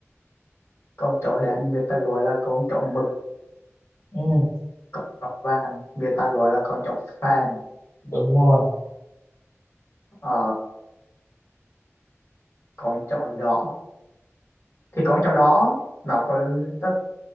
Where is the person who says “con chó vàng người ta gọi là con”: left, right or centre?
Left